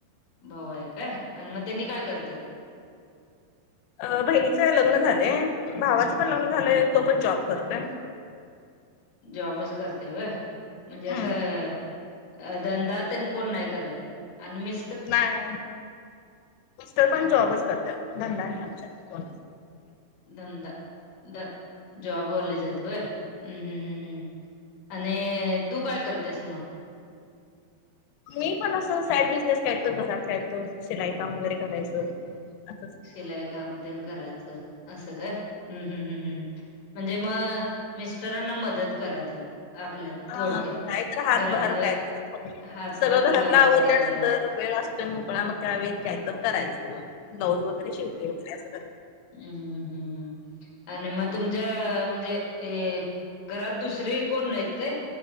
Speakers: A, on the left (about 55°); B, on the left (about 80°).
A: भाऊ आहे काय आणि मग त्यांनी काय करत.
B: अ बहिणीच लग्न झालेय भावाचं पण लग्न झालंय तो पण जॉब करतोय.
A: जॉबच करते होय, म्हणजे असं
B: हम्म.
A: अ धंदात कोण नाही करत आणि मी
B: नाही मिस्टर पण जॉबच करतात धंदा नाही आमच्या कोणच.
A: धंदाध जॉब वालेच आहेत होय. हम्म हम् हम्म हम्म आणि तू काय करतेस मग,
B: मी पण असंच साईड बिझनेस काय तर घरात काय तर, शिलाईकाम वगैरे करायचं असंच.
A: शिलाई काम तेन करायचं असं काय हम्म हम् हम् हम्. म्हणजे मग मिस्टरांना मदत करायचं आपल्या
B: हा
A: थोडक्यात
B: काय तर हातभार
A: घरातलं
B: काय तर
A: हातभार
B: सगळ घरातलं
A: लावायचं
B: आवरल्यानंतर.
A: आपलं
B: वेळ असतोय मोकळा मग त्यावेेळ काय तर करायचं ब्लाऊज वगैरे शिवते वैे असं कर
A: हम्ममम् हम्म हम्म. आणि मग तुमच्या म्हणजे घरात दुसरे कोण नाहीत काय.